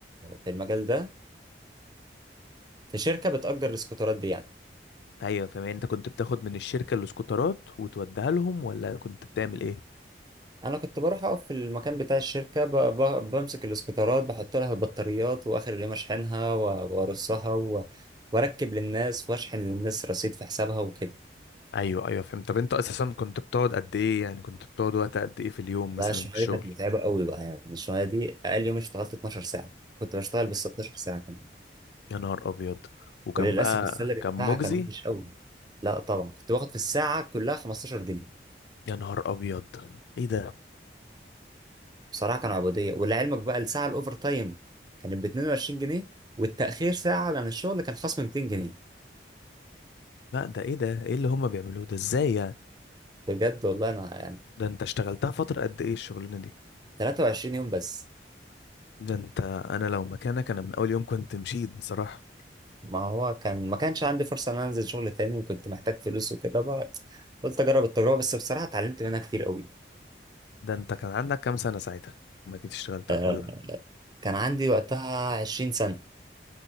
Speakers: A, on the right; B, on the left.
A: في المجال ده في شركه بتأجر الاسكوترات دي يعني
B: ايوه فاهم انت كنت بتاخد من الشركة الاسكوترات وتوديها لهم ولا كنت بتعمل ايه
A: انا كنت بروح اقف في المكان بتاع الشركه ب... ب... بمسك الاسكوترات بحط لها البطاريات واخر اليوم اشحنها و- وارصها و... واركب للناس واشحن للناس رصيد في حسابها وكده
B: ايوه ايوه فهمت طب انت اساسا كنت بتقعد قد ايه يعني كنت بتقعد وقت قد ايه في اليوم مثلا
A: لا اه الشغلانه
B: في الشغل
A: دي كانت متعبه قوي بقى يعني الشغلانه دي اقل يوم اشتغلت 12 ساعه كنت بشتغل بال 16 ساعه كمان
B: يا نهار ابيض وكان
A: وللاسف
B: بقى
A: السالري
B: كان
A: بتاعها
B: مجزي
A: كان وحش قوي لا طبعا كنت باخد في الساعه كلها 15 جنيه
B: يا نهار ابيض ايه ده
A: بصراحه كانوا عبوديه ولعلمك بقى الساعه الاوفر تايم كانت ب 22 جنيه والتاخير ساعه عن الشغل كان خصم 200 جنيه
B: لا ده ايه ده ايه اللي هما بيعملوه ده ازاي يعني
A: بجد والله انا يعني
B: ده انت اشتغلتها فترة قد ايه الشغلانة دي
A: 23 يوم بس
B: ده انت انا لو مكانك انا من اول يوم كنت مشيت بصراحة
A: ما هو كان ما كانش عندي فرصة ان انا انزل شغل تاني وكنت محتاج فلوس وكده بقى قلت اجرب التجربة بس بصراحة اتعلمت منها كتير قوي
B: ده انت كان عندك كام سنة ساعتها ما كنت اشتغلتها
A: آه
B: ولا
A: كان عندي وقتها 20 سنة